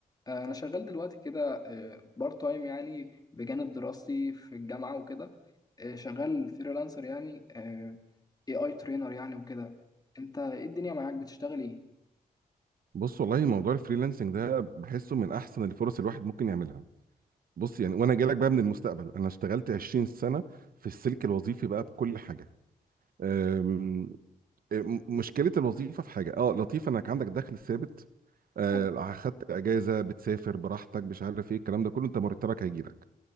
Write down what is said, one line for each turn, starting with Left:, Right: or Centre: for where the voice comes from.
Left: آه، انا شغال دلوقتي كده بارت تايم يعني بجانب دراستي في الجامعه وكده آه، شغال فريلانسر يعني اي اي ترينر يعني وكده انت ايه الدنيا معاك بتشتغل ايه
Right: بص والله موضوع الفريلانسنج ده بحسه من احسن الفرص الواحد ممكن يعملها بص يعني وانا جايلك بقى من المستقبل انا اشتغلت 20 سنه في السلك الوظيفي بقى بكل حاجه أم، أم، مشكله الوظيفه في حاجه اه لطيف انك عندك دخل ثابت آه،
Left: حلو
Right: اخدت اجازه بتسافر براحتك مش عارف ايه الكلام ده كله انت مرتبك هيجيلك